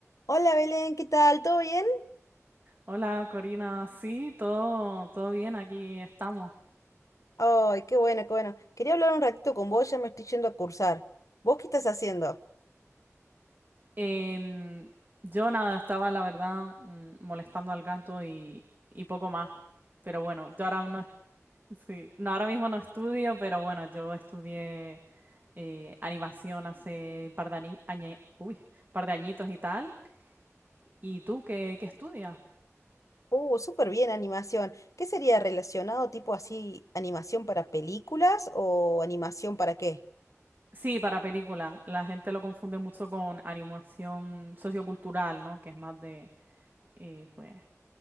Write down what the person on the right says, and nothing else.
Hola Corina, sí, todo, todo bien, aquí estamos.
Em, yo nada, estaba la verdad mm, molestando al gato y, y poco más. Pero bueno, yo ahora no, sí, no, ahora mismo no estudio, pero bueno, yo estudié eh, animación hace par de, ani- añe- uy, par de añitos y tal. ¿Y tú qué, qué estudias?
Sí, para películas. La gente lo confunde mucho con animación sociocultural, ¿no? Que es más de, eh, pues,